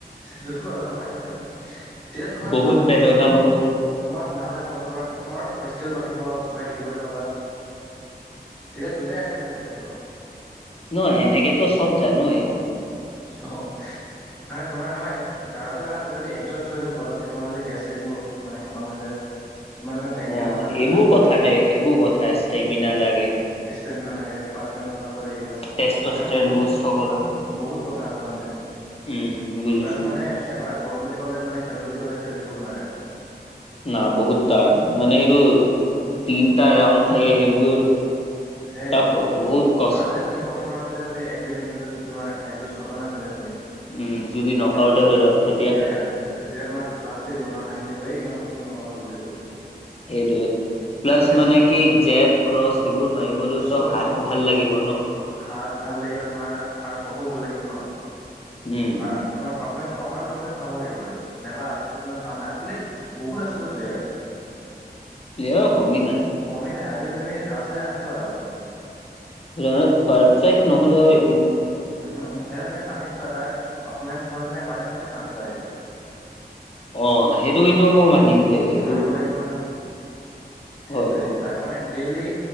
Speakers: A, in the centre; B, on the left.
A: দেখুৱালে সপাই হা হা, তেতিয়া তোমাৰ
B: বহুত
A: ভাল হ'ব
B: বেদনা
A: ন।
B: হ'ব
A: তোমাৰ ভালে হব তোমাৰ তোমাৰ স্কিল বাঢ়িব কিবা শিকিবলৈ পাবা। তেতিয়া দুইটাই আগবাঢ়ি যাব পাৰিবা ন।
B: নহয় এনেকেতো চব জানোৱে।
A: অঁ নহয় তোমাৰ নহয়। জানো জানা তুমি যদি এডজষ্ট হৈ যোৱা পতককেই তোমাৰ যদি গেছ টেংটো মানে খতম হৈ যায়। তোমাৰ যেনে টেংকি
B: অ
A: খাব ন এইটো
B: সেইবোৰ
A: যদি খতম
B: কথা
A: হয় যায়
B: দে
A: তেতিয়া
B: সেইবোৰ কথা ষ্টেমিনা
A: উম।
B: লাগে
A: ষ্টেমিনা লাগে পাৰফমেঞ্চ ভাল হ'ব লাগিব ইচ,
B: টেষ্টষ্টেন
A: এ বহুত-
B: বুষ্ট হ'ব লাগে।
A: বহুত কথা আছে মানে,
B: উম বুজিছো
A: বাছ মানে এবাৰ- কৰম বুলি ক'লে মানে খেলো বুলি ক'লে খেল দিব নোৱাৰে।
B: ন বহুত টান মানে সেইটোৰ তিনটা ৰাউণ্ড থাকে সেইবোৰ।
A: এ
B: টাফ
A: বহুত
B: হয় কষ্ট
A: আৰু যদি তুমি প্ৰথম ৰাউণ্ডতে যদি এক দুই মিনিটতে যদি তোমাৰ এক যোঁজ খতমে হৈ যায় তুমি সেইটো
B: উম যদি নক আউটে
A: ন
B: হৈ যাওঁ তেতিয়া
A: এয়া এয়া সেইটোৱে। তেতিয়া তোমাক লাষ্ট ডে দিব নহ হাঁহি দিব এই ইমান পতকে কে নো ক'ত হ'ল ' বুলি কব
B: সেইটোৱে
A: তেতিয়া
B: প্লাছ
A: তুমি
B: মানে
A: চা
B: কি জেব ক্ৰচ সেইবোৰ মাৰিবলৈওতো
A: চব
B: হাত
A: চব
B: ভাল
A: চব
B: লাগিব
A: চব
B: ন
A: হাত ভাল লাগিব তোমাৰ আৰু চকু ভাল লাগিব ন
B: উম
A: আৰু তোমাৰ পাৰফমেঞ্চ অভাৰ পাৰফমেঞ্চ ভাল'হব লাগিব মানে নাইবা আজিকালি দিনত কাম নাই আজিকালি বহুত আছে ন প্লেয়াৰ
B: প্লেয়াৰ কমি নাই।
A: কমেই নাই আজিকালি তুমি ৰাস্তাই ৰাস্তাই পাবা তুমি।
B: নে পাৰফেক্ট নহ'লে হয়
A: উম এতিয়া তুমি চানিক চোৱা তাৰ পাৰফৰ্মেন্ঞ্চ ভাল কাৰণে বাৰে প্ৰতি চান্স পায় সি‌
B: অ সেইটো কিন্তু মই মানিম দেই সেইটো
A: মানিব লাগিব নহয় সেইটোৱে
B: হয় বাৰু
A: তাক মানে ডেইলি